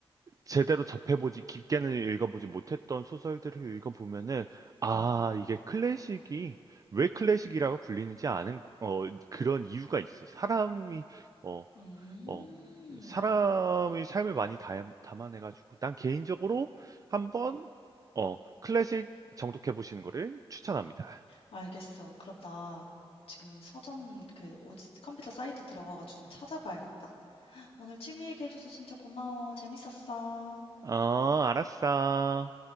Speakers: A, on the right; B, on the left.
A: 제대로 접해보지 깊게는 읽어보지 못했던 소설들을 읽어보면은 아
B: 음.
A: 이게 클래식이 왜 클래식이라고 불리는지 아는 어, 그런 이유가 있어 사람이 어,
B: 음.
A: 어, 사람의 삶을 많이 담, 담아내가지고 난 개인적으로 한번 어, 클래식 정독해 보시는 거를 추천합니다.
B: 알겠어. 그럼 나 지금 서점 그 어디 컴퓨터 사이트 들어가 가지고 좀 찾아봐야겠다. 오늘 취미 얘기해 줘서 진짜 고마워. 재밌었어.
A: 어 알았어.